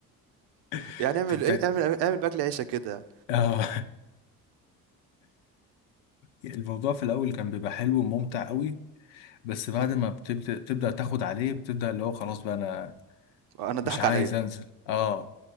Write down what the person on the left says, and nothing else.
<laughs>
تبدأ
آه الموضوع في الأول كان بيبقى حلو وممتع أوي بس بعد ما بتبدأ تبدأ تاخد عليه بتبدأ اللي هو خلاص بقى أنا
مش عايز
أنزل اه